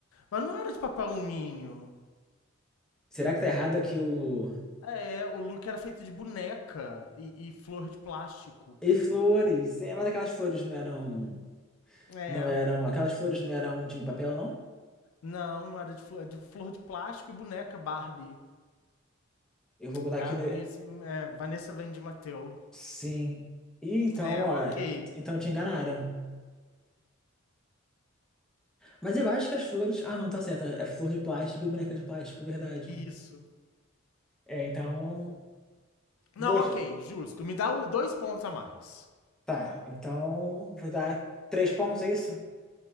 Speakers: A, on the left; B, in the centre.
A: mas não era de papel alumínio.
B: Será que tá errado aqui o.
A: É, o look era feito de boneca e, e flor de plástico.
B: E flores? É, mas aquelas flores não eram.
A: É,
B: Não eram. Aquelas flores não eram de papel, não?
A: não, era de flor de, flor de plástico e boneca Barbie.
B: Eu vou botar
A: É
B: aqui
A: a
B: no.
A: Miss é, Vanessa Vende Mateu.
B: Sim. E então,
A: É,
B: ó.
A: um ok.
B: Então te enganaram. Mas eu acho que as flores. Ah, não, tá certo. É flor de plástico e boneca de plástico, verdade.
A: Isso.
B: É, então.
A: Não,
B: Vou.
A: ok, justo. Me dá um- dois pontos a mais.
B: Tá, então. Vou dar três pontos, é isso?